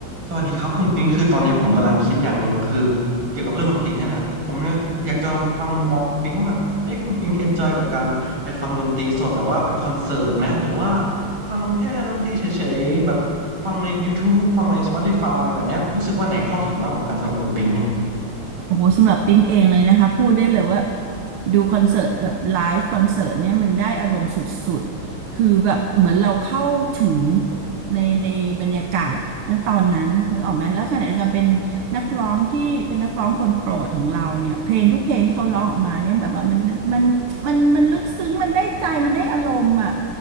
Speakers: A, on the right; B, on the right.
A: สวัสดีครับคุณปิงคือตอนนี้ผมกำลังคิดอย่างหนึ่งคือเกี่ยวกับเรื่องดนตรีนี่แหละผมอยากจะฟังมุมมองคุณปิงว่าแบบเอ้ยคุณปิงเอนจอยกับการไปฟังดนตรีสดแบบว่าเป็นคอนเสิร์ตไหมหรือว่าฟังแค่ดนตรีเฉยๆแบบฟังใน YouTube ฟังใน Spotify แบบเนี้ยรู้สึกว่าไหนเข้าถึงมากกว่ากันสำหรับคุณปิงเนี่ย
B: โอ้โหสำหรับปิ๊งเองเลยนะคะพูดได้เลยว่าดูคอนเสิร์ตแบบไลฟ์คอนเสิร์ตเนี่ยมันได้อารมณ์สุดๆคือแบบเหมือนเราเข้าถึงในในบรรยากาศณตอนนั้นนึกออกไหมแล้วขณะเดียวกันเป็นนักร้องที่เป็นนักร้องคนโปรดของเราเนี่ยเพลงทุกเพลงที่เขาร้องออกมาเนี่ยแบบว่ามันมันมันมันลึกซึ้งมันได้ใจมันได้อารมณ์อ่ะ